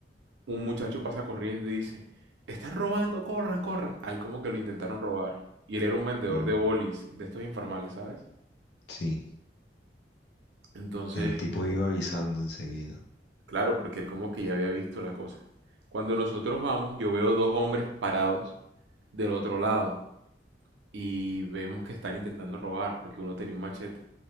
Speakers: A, on the right; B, on the left.
A: un muchacho pasa corriendo y dice, están robando, corran, corran, al como que lo intentaron robar. Y él era un vendedor
B: mm,
A: de bolis, de estos informales, ¿sabes?
B: Sí,
A: Entonces,
B: el tipo iba avisando enseguida.
A: claro, porque él como que ya había visto la cosa. Cuando nosotros vamos, yo veo dos hombres parados del otro lado y vemos que están intentando robar porque uno tenía un machete.